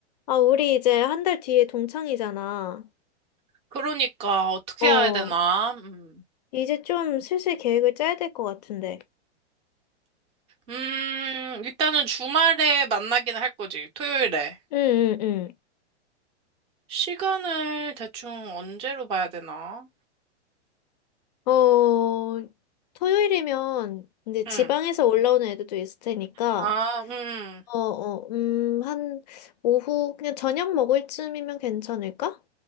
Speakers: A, on the left; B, on the right.
A: 아, 우리 이제 한 달 뒤에 동창이잖아.
B: 그러니까 어떻게
A: 어,
B: 해야 되나? 음,
A: 이제 좀 슬슬 계획을 짜야 될 것 같은데.
B: 음, 일단은 주말에 만나기는 할 거지. 토요일에.
A: 응, 응,
B: 시간을 대충 언제로 봐야 되나?
A: 응. 어, 토요일이면, 근데
B: 응.
A: 지방에서 올라오는 애들도 있을 테니까,
B: 아, 음.
A: 어, 어, 음, 한, 오후, 그냥 저녁 먹을 쯤이면 괜찮을까?